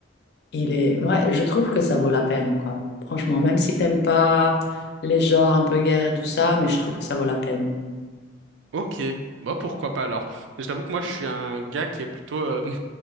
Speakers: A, on the left; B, on the right.
A: il est, ouais, je trouve que ça vaut la peine, quoi. Franchement, même si t'aimes pas les genres un peu guerre et tout ça, mais je trouve que ça vaut la peine.
B: Ok. Bon, pourquoi pas alors? Mais je t'avoue que moi, je suis un gars qui est plutôt... euh, <laughs> Tu